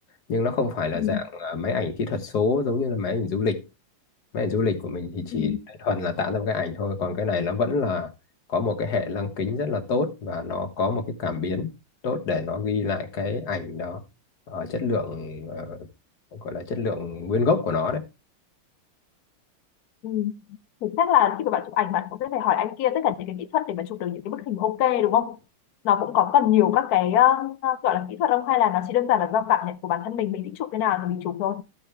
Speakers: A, on the left (about 50°); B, on the left (about 70°).
A: nhưng nó không phải là
B: Ừ.
A: dạng ờ, máy ảnh kỹ thuật số giống như là máy ảnh du lịch mấy ảnh du lịch của mình thì chỉ
B: Ừ.
A: thuần là tạo ra một cái ảnh thôi còn cái này nó vẫn là có một cái hệ lăng kính rất là tốt và nó có một cái cảm biến tốt để nó ghi lại cái ảnh đó ở chất lượng ờ, gọi là chất lượng nguyên gốc của nó đấy
B: Ừ. thì chắc là khi mà bạn chụp ảnh bạn cũng sẽ phải hỏi anh kia tất cả những cái kỹ thuật để mà chụp được những cái bức hình ok đúng không? Nó cũng có cần nhiều các cái ờ, ờ, gọi là kỹ thuật không hay là nó chỉ đơn giản là do cảm nhận của bản thân mình mình thích chụp cái nào thì mình chụp thôi.